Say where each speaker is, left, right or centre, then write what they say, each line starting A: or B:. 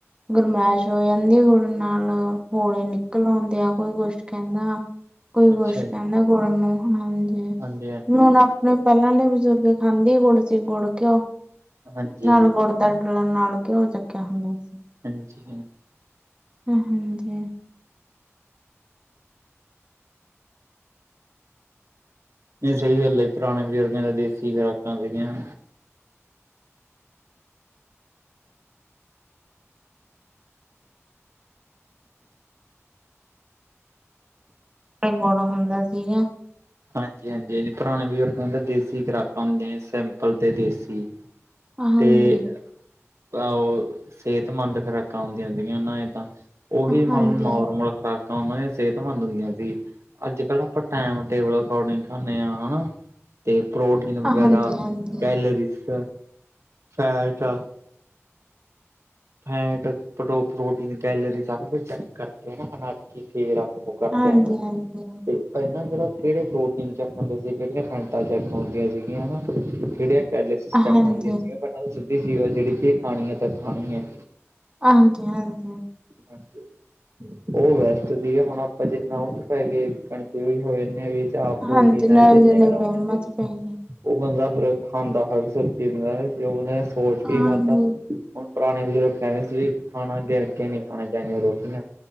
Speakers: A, on the right (about 20°); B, on the right (about 65°).
A: ਗਰਮੈਸ਼ ਹੋ ਜਾਂਦੀ ਗੁੜ ਨਾਲ ਫੋੜੇ ਨਿਕਲ ਆਉਂਦੇ ਆ ਕੋਈ ਕੁਛ ਕਹਿੰਦਾ ਕੋਈ ਕੁਛ
B: ਅੱਛਾ ਜੀ
A: ਕਹਿੰਦਾ ਗੁੜ ਨੂੰ ਹਾਂਜੀ
B: ਹਾਂਜੀ ਹਾਂਜੀ।
A: ਹੁਣ ਆਪਣੇ ਪਹਿਲਾਂ ਦੇ ਬਜ਼ੁਰਗ ਖਾਂਦੀ ਗੁੜ ਸੀ ਗੁੜ ਘਿਓ
B: ਹਾਂਜੀ
A: ਨਾਲ
B: ਹਾਂਜੀ
A: ਗੁੜ ਦੰਡਲਾਂ ਨਾਲ ਘਿਓ ਚੱਕਿਆ ਹੁੰਦਾ ਸੀ
B: ਹਾਂਜੀ
A: ਹ ਹਾਂਜੀ
B: ਨਈ ਸਹੀ ਗੱਲ ਪੁਰਾਣੇ ਬਜ਼ੁਰਗਾਂ ਦੇ ਦੇਸੀ ਖੁਰਾਕਾਂ ਸੀਗੀਆਂ
A: ਗੁੜ ਹੁੰਦਾ ਸੀਗਾ
B: ਹਾਂਜੀ ਹਾਂਜੀ ਹਾਂਜੀ ਪੁਰਾਣੇ ਬਜ਼ੁਰਗਾਂ ਦੇ ਦੇਸੀ ਖੁਰਾਕਾਂ ਹੁੰਦੀਆ ਸੀ ਸਿੰਪਲ ਤੇ ਦੇਸੀ
A: ਹਾਂਜੀ।
B: ਤੇ‌ ਆਹੋ ਸੇਤਮੰਦ ਖੁਰਾਕਾਂ ਹੁੰਦੀਆਂ ਹੁੰਦੀਗੀਆਂ ਨੇ ਏ ਤਾਂ। ਉਹੀ
A: ਹਾਂਜੀ,
B: ਮਤਲਬ ਨੋਰਮਲ ਖੁਰਾਕਾਂ ਉਨਾਂ ਦੀਆਂ ਸੇਤਮੰਦ ਹੁੰਦੀਆਂ ਸੀ, ਅੱਜ ਕੱਲ੍ਹ ਆਪਾਂ ਟੈਮ ਟੇਬਲ ਅਕੋਡਿੰਗ ਖਾਂਦੇ ਹਾਂ ਹਨਾ, ਤੇ ਪ੍ਰੋਟੀਨ ਵਗੈਰਾ
A: ਹਾਂਜੀ, ਹਾਂਜੀ,
B: ਕੈਲਰੀਸ ਫੈਟ ਆ ਫੈਟ ਪ੍ਰੋ ਪ੍ਰੋਟੀਨ, ਕੈਲਰੀ ਸਾਰਾ ਕੁਛ ਚੈਕ ਕਰਕੇ ਹਨਾ ਫੇਰ ਆਪਾ ਓ ਕਰਦੇ
A: ਹਾਂਜੀ,
B: ਆ ਨਾ,
A: ਹਾਂਜੀ।
B: ਤੇ ਪੈਲਾ ਜੇੜਾ ਕੇੜੇ ਪ੍ਰੋਟੀਨ ਚੈਕ ਹੁੰਦੇ ਸੀ ਕੇੜੀਆਂ ਖੈਂਟਾਂ ਚੈੱਕ ਹੁੰਦੀਆਂ ਸੀਗੀਆਂ ਹਨਾ ਕੇੜੀਆਂ ਪੈਲੇ
A: ਹਾਂਜੀ,
B: ਚੈਕ ਹੁੰਦੀਆ ਸੀ ੳ ਤਾ ਗਲ ਸਿੱਧੀ ਸੀ ੳ ਜੇੜੀ ਚੀਜ਼ ਖਾਣੀ ਏ ਤਾਂ ਖਾਣੀ ਹੈ।
A: ਹਾਂਜੀ-ਹਾਂਜੀ।
B: ਹਾਂਜੀ। ਓ ਵੈਸਟ ਸੀਗਾ ਹੁਨ ਆਪਾਂ ਜਿੰਨਾ ਕਨਫਿਊਜ ਹੋ ਜਾਨੇ ਆਂ ਜੀ। ਚਾਪ ਪ੍ਰੋਟੀਨ
A: ਹਾਂਜੀ ਨਾਲ
B: ਐ ਜਿਨੇ
A: ਜਨੇ
B: ਗ੍ਰਾਮ
A: ਵਹਿਮਾਂ
B: ਅੰਡੇ
A: ਚ ਪੈ ਗਏ।
B: ਓ ਬੰਦਾ ਫੇਰ ਖਾਂਦਾ ਏ <unintelligible> ਵੀ ਉਨੇ ਸੋਚ ਕੇ
A: ਹਾਂਜੀ,
B: ਖਾਦਾ ਹੁਨ ਪੁਰਾਨੇ ਬਜ਼ੁਰਗ ਕੈਂਦੇ ਸੀ ਵੀ ਖਾਨਾ ਗਿਨ ਕੇ ਨੀ ਖਾਨਾ, ਜੈਵੇਂ ਰੋਟੀਆਂ